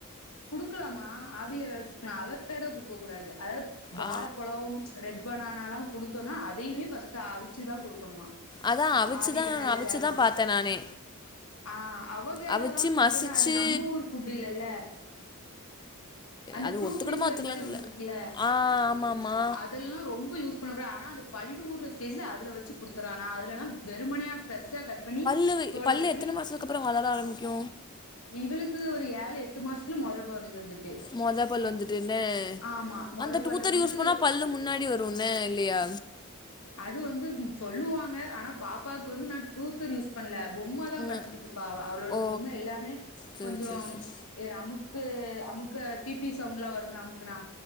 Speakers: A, on the left (about 70°); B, on the left (about 20°).
A: குடுக்கலாமா ஆவியில வேகவச் கொடுக்கலா அவகேடோ கொடுக்க கூடாது அதாவது வாழப்பழம்
B: ஆ
A: ரெட் பனானா லா குடுத்தோன்னா அதையுமே ஃபஸ்டு ஆவிச்சு தா குடுக்கணுமா
B: அதா அவிச்சுதா
A: ஆவில நல்லா
B: அவிச்சுதா
A: வேக வச்சு
B: பாத்தே நானு
A: ஆ அவகேடோலா
B: அவிச்சு
A: குடுக்குன்னா
B: மசிச்சு
A: அது நம்ம ஊர் ஃபுட் இல்லல்ல அந்த
B: அது
A: ஃப்ரூட்
B: ஒத்துக்கிடுமா
A: நிப்ளர்
B: ஒத்துக்கலான்னு
A: மாரி ஒண்ணு
B: தெர்ல
A: இருக்குல
B: ஆ ஆமாமா
A: அதெல்லா ரொம்ப யூஸ் பண்ண கூடா ஆனா அந்த பள்ளு ஊற ஸ்டேஜ்ல அதுல வச்சு குடுத்துருறா நா அதுலல்லா வெறுமனைய ஃப்ரெஷ்ஷா கட் பண்ணி
B: லூவ்
A: தோல
B: பல்லு
A: கட் பண்ணி
B: எத்தன மாசத்க்கு அப்பறம் வளர ஆரம்பிக்கு
A: இவளுக்கு ஒரு ஏழு எட்டு மாசத்துல மொத பல் வந்துட்
B: மோதா பல்லு வந்துட்டு என்ன
A: ஆமா மொத
B: அந்த டூத்தர்
A: பல்லு வந்து
B: யூஸ் பண்ணா பல்லு முன்னாடி வரு ன்ன இல்லையா
A: அது வந்து சொல்லுவாங்க ஆனா பாப்பாவுக்கு வந்து நா டூத்தர் யூஸ் பண்ல பொம்ம தா
B: ம்
A: கிடிச்சிகிட் இருப்பா அவளோட
B: ஓ
A: பொம்ம எல்லாமே
B: சரி
A: கொஞ்ச
B: சரி சரி
A: ஏ அமுக்கு அமுக்க பிபி சவுண்ட்லா வரும்ல அமுக்குனா